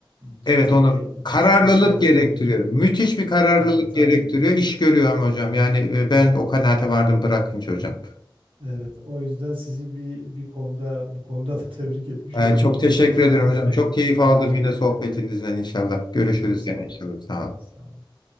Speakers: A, on the right; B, on the left.
A: ciddi
B: Evet onu
A: bir güç
B: kararlılık
A: güç lazım
B: gerektiriyor.
A: onun için.
B: Müthiş bir kararlılık
A: Evet
B: gerektiriyor.
A: aynen.
B: İş görüyor ama hocam. Yani e, ben o kanaate vardım bırakınca hocam.
A: Evet, o yüzden sizi bir bir konuda bu konuda da tebrik etmiş
B: E,
A: oluyorum.
B: çok teşekkür ederim
A: Çok
B: hocam.
A: teşekkür,
B: Çok keyif
A: ben
B: aldım
A: teşekkür
B: yine sohbetinizden
A: ederim hocam.
B: inşallah. Görüşürüz
A: Çok sağ
B: gene
A: olun.
B: inşallah. Sağ olun.
A: Sağ olun.